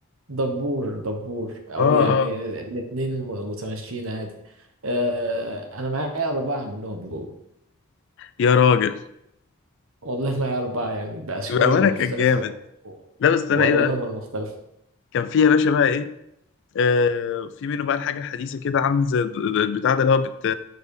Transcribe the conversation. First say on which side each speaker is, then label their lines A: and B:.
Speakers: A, on the right; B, on the left.
A: دبور دبور او
B: اه
A: يعني
B: اه
A: الاتنين م- متمشيين عادي آه، انا معايا اربعه منهم جوه
B: يا راجل
A: والله <laughs> معايا اربعه يعني باشكالهم
B: بامانه
A: المختلفه
B: كان جامد
A: و- و-
B: لا بس انا
A: والوانهم
B: ايه بقى
A: المختلفه
B: كان فيها يا باشا بقى ايه آه، في منه بقى الحاجة الحديثة كده عامل زي البتاع ده اللي هو بت...